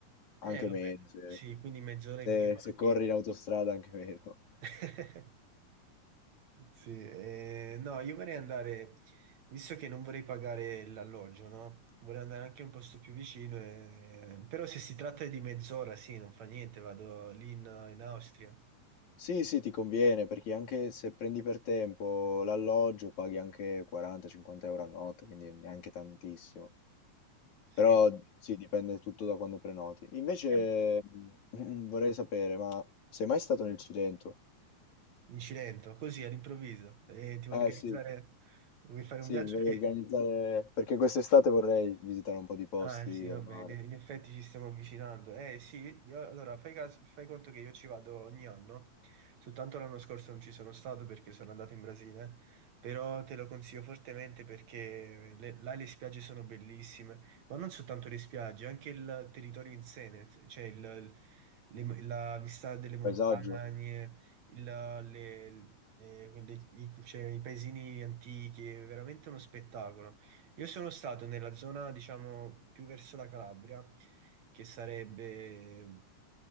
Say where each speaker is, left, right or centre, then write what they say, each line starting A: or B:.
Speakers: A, on the right; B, on the left.
A: Eh
B: anche
A: vabbè,
B: meno. Se,
A: sì, quindi mezz'ora
B: se-
A: in più alla
B: se corri
A: fine.
B: in autostrada anche meno.
A: <laughs> Sì, eh, no, io vorrei andare, visto che non vorrei pagare l'alloggio, no? Vorrei andare anche in un posto più vicino, e- però se si tratta di mezz'ora, sì, non fa niente, vado lì in, in Austria,
B: Sì, sì, ti conviene perché anche se prendi per tempo l'alloggio paghi anche 40-50 euro a notte, quindi neanche tantissimo.
A: sì.
B: Però sì, dipende tutto da quando prenoti. Invece
A: Ehm,
B: mm, <clears throat> vorrei sapere, ma sei mai stato nel Cilento?
A: In Cilento, così all'improvviso, e ti vuoi
B: Eh
A: organizzare,
B: sì,
A: vuoi fare
B: sì,
A: un viaggio
B: mi voglio
A: lì?
B: organizzare perché quest'estate vorrei visitare un po' di posti
A: Ah, sì,
B: del
A: va
B: mare.
A: bene, in effetti ci stiamo avvicinando. Eh sì, io- allora fai, caso- fai conto che io ci vado ogni anno, soltanto l'anno scorso non ci sono stato perché sono andato in Brasile, però te lo consiglio fortemente perché le- là le spiagge sono bellissime, ma non soltanto le spiagge, anche il territorio in sé, nel- cioè il- il- le- la vista delle montagne,
B: Paesaggio?
A: il- le- eh, le- i, cioè, i paesini antichi, è veramente uno spettacolo. Io sono stato nella zona, diciamo, più verso la Calabria, che sarebbe ehm,